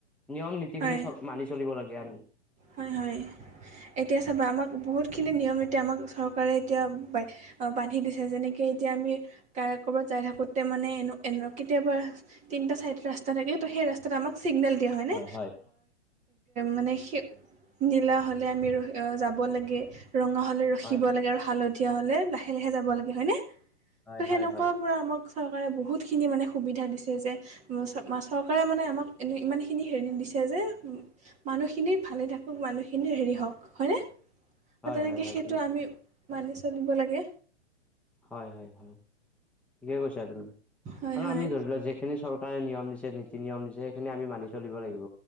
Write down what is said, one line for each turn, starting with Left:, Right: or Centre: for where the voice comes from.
Centre: নিয়ম নীতিখিনি
Right: হয়
Centre: চব মানি চলিব লাগে আমি।
Right: হয় হয় এতিয়া চাবা আমাক বহুত যিখিনি নিয়ম নীতি আমাক চৰকাৰে এতিয়া বান্ধি দিছে যেনকে এতিয়া আমি কাৰ কবাত যাই থাকোতে মানে এ এ কেতিয়াবা তিনটা চাইডত ৰাস্তা থাকে ত সেই ৰাস্তা তাত আমাক চিগনেল দিয়া হয়নে
Centre: হয় হয়
Right: মানে নীলা হ'লে আমি ৰ যাব লাগে ৰঙা হ'লে ৰখিব
Centre: হয় হয়
Right: লাগে আৰু হালধি তেতিয়া হলে লাহে লাহে যাব লাগে হয় ন ত'
Centre: হয়
Right: সেনেকুৱা
Centre: হয় হয়
Right: পৰা আমাক চৰকাৰে বহুতখিনি মানে সুবিধা দিছে যে চৰকাৰে মানে আমাক এনে ইমান খিনি হেৰি দিছে যে মানুহ এনে ভালে থাকক মানুহখিনি হেৰি হওক হয়নে
Centre: হয়
Right: তেনেকে
Centre: হয়
Right: সেইটো আমি মানি চলিব লাগে।
Centre: হয় হয় হয়, ঠিকে কৈছা তুমি।
Right: হয়
Centre: আৰু
Right: হয়
Centre: আমি ধৰি লোৱা যে সেইখিনি চৰকাৰে নিয়ম দিছে, নীতি-নিয়ম দিছে সেইখিনি আমি মানি চলিব লাগিব।